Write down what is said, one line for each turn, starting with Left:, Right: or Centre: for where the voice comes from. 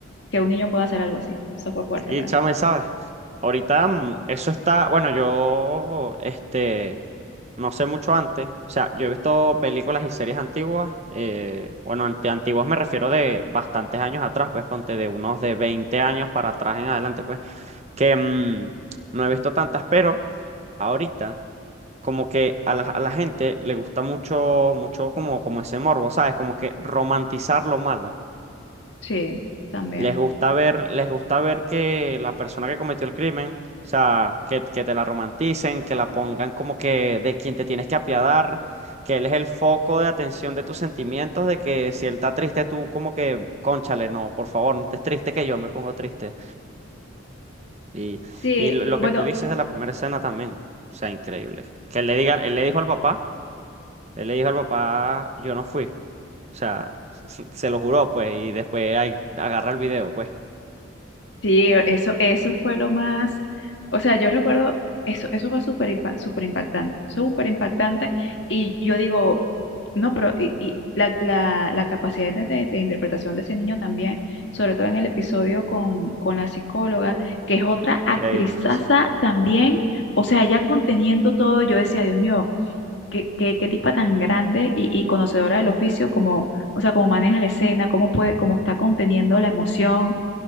Left: que un niño puede hacer algo así. Eso fue fuerte
Right: Sí,
Left: para
Right: chama,
Left: mí.
Right: y sabes, ahorita mm, eso está, bueno, yo, este, no sé mucho antes, o sea, yo he visto películas y series antiguas, eh, bueno, ante antiguas me refiero de bastantes años atrás, pues ponte de unos de 20 años para atrás en adelante, pues, que mm, no he visto tantas, pero ahorita como que a la, a la gente le gusta mucho, mucho como, como ese morbo, ¿sabes? Como que romantizar lo malo.
Left: Sí, también.
Right: Les gusta ver, les gusta ver que la persona que cometió el crimen, o sea, que, que te la romanticen, que la pongan como que de quien te tienes que apiadar, que él es el foco de atención de tus sentimientos, de que si él está triste, tú como que, cónchale, no, por favor, no estés triste que yo me pongo triste. Y,
Left: Sí,
Right: y lo lo
Left: bueno,
Right: que tú dices de la primera escena también, o sea, increíble. Que él le diga, él le dijo al papá, él le dijo al papá, yo no fui. O sea, <laughs> se lo juró, pues, y después ahí agarra el video, pues.
Left: Sí, eso, eso fue lo más, o sea, yo recuerdo, eso, eso fue súper impa- súper impactante, súper impactante, y yo digo, no, pero y, y la, la, la capacidad de, de- de interpretación de ese niño también, sobre todo en el episodio con, con la psicóloga, que es otra actrizaza
Right: Increíble, sí.
Left: también, o sea, ya conteniendo todo, yo decía, Dios mío, qué, qué, qué tipa tan grande y, y conocedora del oficio, como, o sea, cómo maneja la escena, cómo puede, cómo está conteniendo la emoción.